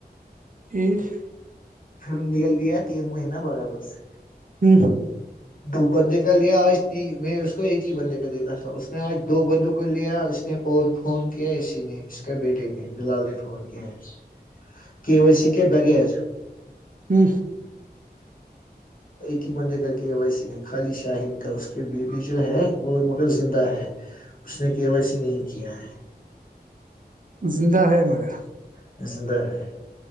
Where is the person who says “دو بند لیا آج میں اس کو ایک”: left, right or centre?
Left